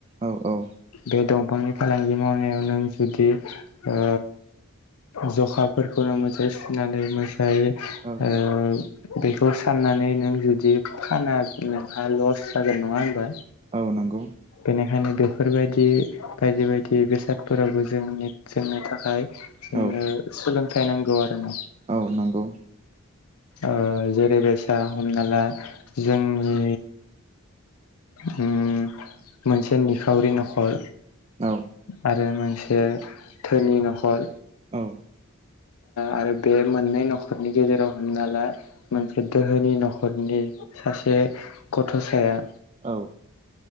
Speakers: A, on the right (about 25°); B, on the left (about 80°).
A: औ औ
B: बे दंफांनि फालांगि मावनायाव नों जुदि ओ जखाफोरखौनो मोजाङै सुनानै मोजाङै
A: औ
B: ओ बेखौ साननानै नों जुदि फानबा नोंहा लस जागोन नङा होमबा
A: औ नंगौ
B: बेनिखायनो बे बेफोरबायदि बायदि बायदि बेसादफोरावबो जोंनि जोंनो थाखाय जोंनो
A: औ
B: सोलोंथाइ नांगौ आरो ना
A: औ नंगौ
B: ओ जेरै बायसा हमना ला जोंनि उम मोनसे नि खावरि न'खर
A: औ
B: आरो मोनसे धोनि न'खर
A: औ
B: आरो बे मोननै न'खरनि गेजेराव हमना ला मोनसे दोहोनि न'खरनि सासे गथ'साया
A: औ